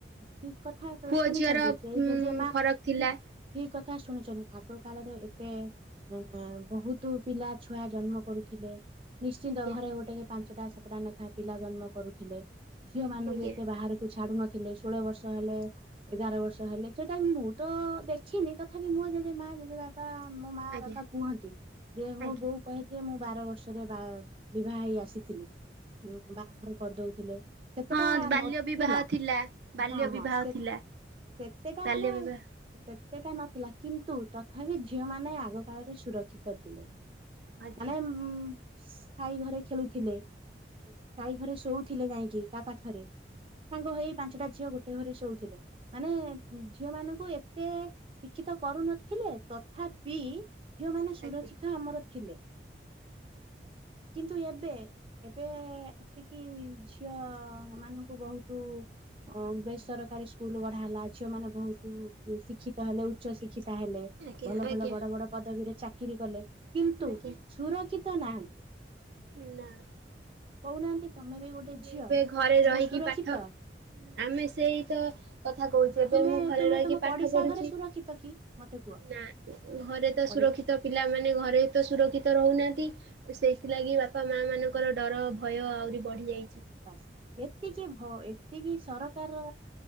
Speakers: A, on the right; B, on the right.
A: ଠିକ କଥା କ
B: ପୁଅ
A: ଶୁଣିଚନ୍ତି,
B: ଝିଅର
A: ସେ
B: ଉଁ
A: ଜଜେ ମା
B: ଫରକ ଥିଲା।
A: ଠିକ ଠିକଥା କଥା ଶୁଣିଚନ୍ତି, ଆଗ କାଳରେ ଏତେ ଅ ବହୁତ ପିଲା ଛୁଆ ଜନ୍ମ କରୁଥିଲେ। ନିଶ୍ଚିନ୍ତ
B: ଆଜ୍ଞା
A: ଘରେ ଗୋଟେ ପାଞ୍ଚଟା ସାତଟା ଲେଖାଏ ପିଲା ଜନ୍ମ କରୁଥିଲେ। ଝିଅ ମାନଙ୍କୁ
B: ଆଜ୍ଞା
A: ଏତେ ବାହାରକୁ ଛାଡୁ ନଥିଲେ, ଷୋହଳ ବର୍ଷ ହେଲେ ଏଗାର ବର୍ଷ ହେଲେ ସେଟା ମୁଁ ତ ଦେଖିନି ତଥାପି ମୁଁ ଯଦି ମା ଯଦି ବାପା ମୋ ମା
B: ଆଜ୍ଞା
A: ବାପା କୁହନ୍ତି ଯେ ମୁଁ
B: ଆଜ୍ଞା
A: ବୋଉ କହିଛି ମୁଁ ବାର ବର୍ଷରେ ବା ବିବାହ ହେଇ ଆସିଥିଲି ବାହାଘର କରିଦଉଥିଲେ। ସେତେଟା
B: ହଁ ବାଲ୍ୟ
A: ନଥିଲା
B: ବିବାହ ଥିଲା ବାଲ୍ୟ
A: ହଁ
B: ବିବାହ
A: ହଁ ସେ
B: ଥିଲା
A: ସେତେଟା
B: ବାଲ୍ୟ
A: ମାନେ
B: ବିବାହ
A: ସେଟା ନଥିଲା କିନ୍ତୁ ତଥାପି ଝିଅମାନେ ଆଗ କାଳରେ ସୁରକ୍ଷିତ ଥିଲେ।
B: ଆଜ୍ଞା
A: ମାନେ ଉ ସାହି ଘରେ ଖେଳୁଥିଲେ ସାହି ଘରେ ଶୋଉଥିଲେ ଯାଇକି କା ପାଖରେ ସାଙ୍ଗ ହେଇ ପାଞ୍ଚଟା ଝିଅ ଗୋଟେ ଘରେ ଶୋଉଥିଲେ। ମାନେ ଝିଅ ମାନଙ୍କୁ ଏତେ ଶିକ୍ଷିତ କରୁନଥିଲେ, ତଥାପି ଝିଅମାନେେ
B: ଆଜ୍ଞା
A: ସୁରକ୍ଷିତ
B: ଆଜ୍ଞା
A: ଆମର ଥିଲେ। କିନ୍ତୁ ଏବେ ଏବେ କି ଝିଅ ମାନଙ୍କୁ ବହୁତ ଅ ବେସରକାରୀ ସ୍କୁଲ ବଢା ହେଲା ଝିଅ ମାନେ ବହୁତ ଶିକ୍ଷିତ ହେଲେ, ଉଚ୍ଚ ଶିକ୍ଷିତ ହେଲେ,
B: ଆଜ୍ଞା
A: ଭଲ
B: ଆଜ୍ଞା
A: ଭଲ ବଡ ବଡ ପଦବୀରେ ଚାକିରରି କଲେ। କିନ୍ତୁ
B: ଆଜ୍ଞା
A: ସୁରକ୍ଷିତ ନାହାନ୍ତି।
B: ନା ।
A: କହୁନାହାନ୍ତି? ତମେ ବି ଗୋଟେ
B: ଆମେ
A: ଝିଅ
B: ଏବେ ଘରେ
A: ତମେ
B: ରହିକି
A: ସୁରକ୍ଷିତ
B: ପାଠ ଆମେ ସେଇ ତ କଥା କହୁଚୁ, ଜେମ୍ ଏବେ
A: ତୁମେ
B: ମୁଁ ଘରେ
A: ତୁମେ
B: ରହିକି
A: ତମ
B: ପାଠ
A: ପଡିଶା
B: ପଢୁଚି।
A: ଘରେ ସୁରକ୍ଷିତ କି ମତେ କୁହ
B: ନା ଘରେ ତ
A: ପଡି
B: ସୁରକ୍ଷିତ ପିଲାମାନେ ଘରେ ତ ସୁରକ୍ଷିତ ରହୁନା ଆନ୍ତି, ସେଇଥିଲାଗି ବାପା ମା ମାନଙ୍କର ଡର ଭୟ ଆହୁରି ବଢି ଯାଇଚି।
A: ବାସ୍ ଏତିକି ହ ଏତିକି ସରକାର